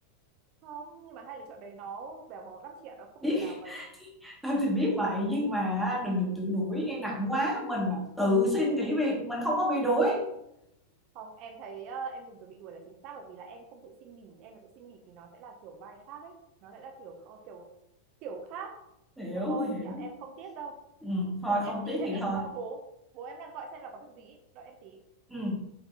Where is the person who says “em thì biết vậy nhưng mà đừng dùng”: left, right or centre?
Centre